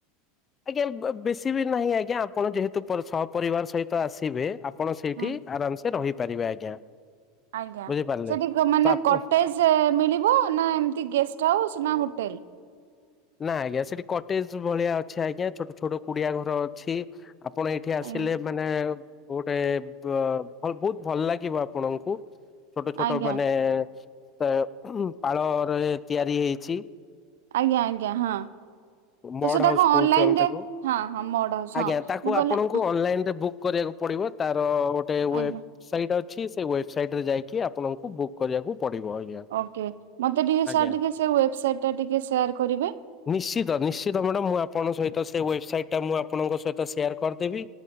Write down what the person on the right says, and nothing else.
ହୁଁ
ଆଜ୍ଞା
ସେଠି କୋଉ ମାନେ
କଟେଜ ରେ ମିଳିବ ନା ଏମତି ଗେଷ୍ଟ ହାଉସ୍ ନା ହୋଟେଲ।
ଆଜ୍ଞା
ଆଜ୍ଞା
ଆଜ୍ଞା ଆଜ୍ଞା ହଁ
ତ ସେଇଟା
କଣ
ଅନଲାଇନରେ
ହଁ ହଁ ମଡ ହାଉସ
ମୁ କହିଲି
ଆଜ୍ଞା।
ଓକେ ମତେ ଟିକେ
ସାର୍ ଟିକେ ସେ ୱେବସାଇଟ୍ ଟା ଟିକେ ସେୟାର କରିବେ।